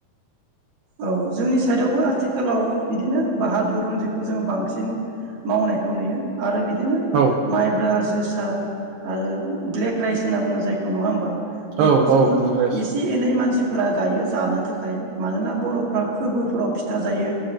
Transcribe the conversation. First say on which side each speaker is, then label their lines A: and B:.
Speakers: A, on the right (about 65°); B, on the right (about 80°).
A: औ जोंनि साइदआवबो आथिखालाव बिदिनो बाहादुर रनजितखौ जोङो बांसिन मावनायखौ नुयो आरो बिदि बिदिनो
B: औ
A: माइब्रा जोसा आरो ब्लेक राइस होनना बुङो जायखौ नङा होमबा बेखौ
B: औ
A: जोङो
B: औ ब्लुग राइस
A: एसे एनै मानसिफोरा गायो जानो थाखाय मानोना बर'फ्रा फोरबोफोराव फिथा जायो